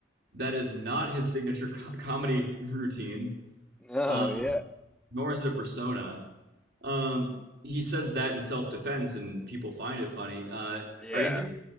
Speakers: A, on the right; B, in the centre.
A: That is not his signature co comedy <laughs> routine,
B: Oh
A: uh,
B: yeah,
A: nor is it a persona. Um, he says that in self-defense, and people find it funny. Uh,
B: yeah,
A: are you thinking